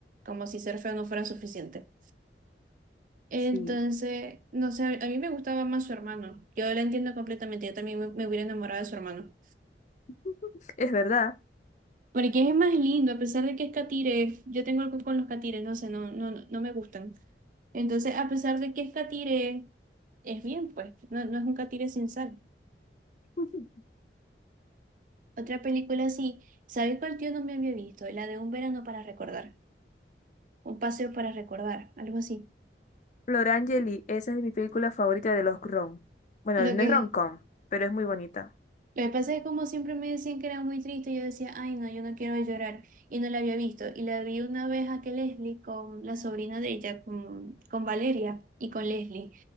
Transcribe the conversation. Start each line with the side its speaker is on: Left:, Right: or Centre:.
Right: como si ser feo no fuera suficiente. Entonces,
Left: Sí.
Right: no sé, a mí me gustaba más su hermano. Yo lo entiendo completamente, yo también me, me hubiera enamorado de su hermano.
Left: <laughs> Es verdad.
Right: Porque es más lindo, a pesar de que es catire, yo tengo algo con los catires, no sé, no, no, no no me gustan. Entonces, a pesar de que es catire, es bien, pues, no, no es un catire sin sal.
Left: <laughs>
Right: Otra película así, ¿sabes cuál tío no me había visto? La de Un verano para recordar, un paseo para recordar, algo así.
Left: Florangeli, esa es mi película favorita de los rom. Bueno,
Right: Lo
Left: no
Right: que
Left: es rom-com, pero es muy bonita.
Right: Lo que pasa es que como siempre me decían que era muy triste, yo decía, ay no, yo no quiero llorar y no la había visto. Y la vi una vez a que Leslie con la sobrina de ella, con, con Valeria y con Leslie.